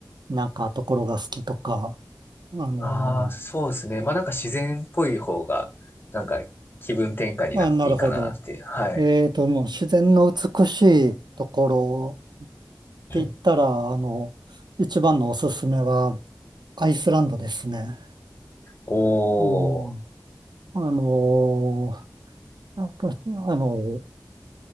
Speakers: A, on the right; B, on the left.
A: なんかところが好きとか、あの、
B: ああ、そうですね。まあなんか自然っぽい方が、なんか気分転換になっていいかなって。
A: あ、なるほど。
B: はい。
A: えーと、もう自然の美しいところって言ったら、
B: うん
A: あの、一番のおすすめはアイスランドですね。
B: おー。
A: うん、あのー、やっぱあの、